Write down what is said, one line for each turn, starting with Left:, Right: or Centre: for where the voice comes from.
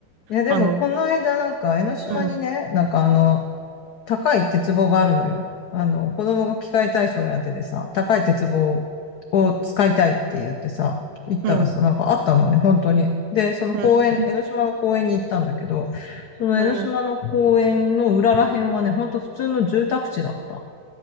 Left: いや、でも、
Right: あの、
Left: この間、なんか、江ノ島にね、
Right: うん、
Left: なんかあの、高い鉄棒があるのよ。あの、子供が器械体操やっててさ、高い鉄棒を使いたいって言ってさ、行ったらさ、
Right: うん、
Left: なんかあったのね、本当に。で、その公園、
Right: うん、
Left: 江ノ島の公園に行ったんだけど、その江ノ島の公園の裏ら辺はね、
Right: うん
Left: ほんと普通の住宅地だった。